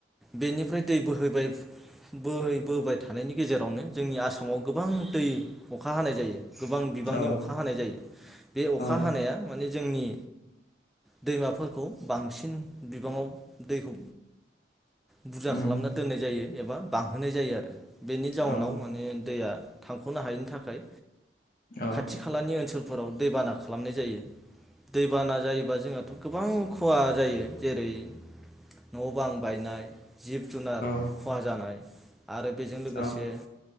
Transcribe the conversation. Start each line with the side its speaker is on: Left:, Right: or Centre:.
Centre: बेनिफ्राय दै बोहैबाय बोहै बोबाय थानायनि गेजेरावनो जोंनि आसामाव गोबां दै अखा हानाय जायो। गोबां बिबांनि
Left: औ
Centre: अखा हानाय जायो। बे अखा
Left: औ
Centre: हानाया माने जोंनि दैमाफोरखौ बांसिन बिबाङाव दैखौ बुरजा
Left: उम
Centre: खालामना दोननाय जायो एबा बांहोनाय जायो आरो। बेनि जाउनाव
Left: औ औ
Centre: माने दैया थांख'नो हायैनि थाखाय
Left: औ
Centre: खाथि खालानि ओनसोल फोराव दैबाना खालामनाय जायो। दैबाना जायोबा जोंहाथ' गोबां खहा जायो जेरै न' बां बायनाय जिब जुनार
Left: औ
Centre: खहा जानाय आरो बेजों लोगोसे
Left: औ